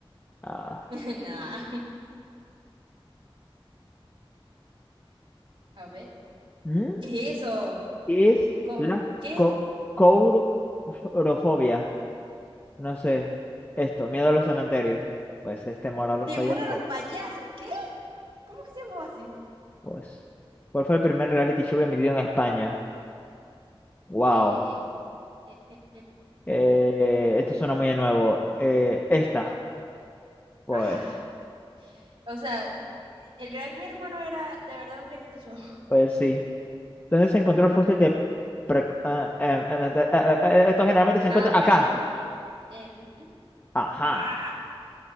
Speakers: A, on the left (about 20°); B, on the right (about 70°).
A: Ah,
B: <laughs> nah, a ver,
A: ¿mm?
B: ¿qué es eso?
A: ¿Qué es
B: Col-
A: la
B: ¿Qué?
A: co courofobia? No sé. Esto, miedo a los cementerios. Pues es temor a los
B: ¿Temor
A: payasos.
B: a los payasos? ¿Qué? ¿Cómo que se llamaba así?
A: Pues, ¿cuál fue el primer reality show emitido en España? Wow,
B: Eh, eh, eh, eh, eh, eh,
A: eh,
B: eh, eh. eh, eh.
A: esto suena muy de nuevo. Eh, esta, pues,
B: Ah, o sea, el Gran Hermano era de verdad un reality show.
A: pues sí. Entonces se encontró el fósil de... pre- ah, em, em, eh, eh, eh, esto generalmente se
B: Ah,
A: encuentra
B: bueno.
A: acá.
B: eh, eh, mm, mm.
A: Ajá.
B: Ah,